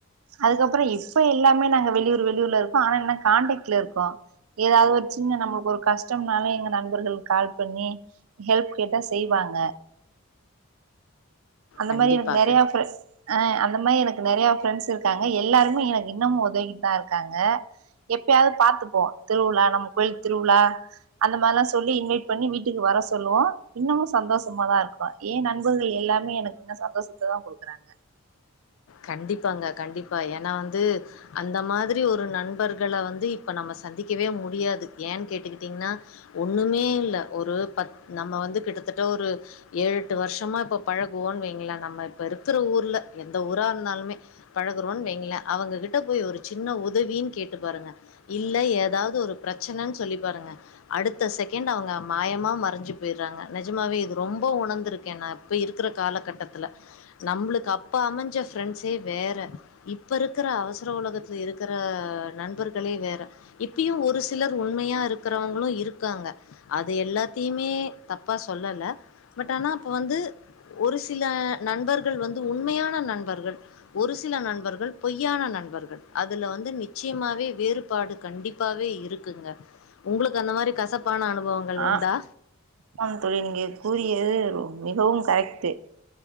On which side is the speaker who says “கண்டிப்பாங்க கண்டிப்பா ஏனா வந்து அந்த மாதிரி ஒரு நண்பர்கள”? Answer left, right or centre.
Left